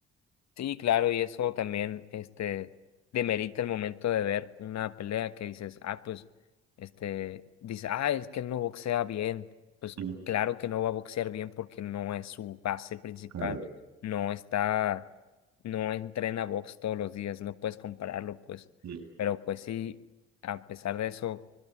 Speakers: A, on the left (about 55°); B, on the right (about 55°).
A: Sí, claro, y eso también, este, demerita el momento de ver una pelea que dices, ah, pues, este, dice, ah, es que no boxea bien. Pues
B: Mm,
A: claro que no va a boxear bien porque no es su base principal,
B: Claro.
A: no está, no entrena box todos los días, no puedes compararlo, pues.
B: Mm,
A: Pero pues sí, a pesar de eso,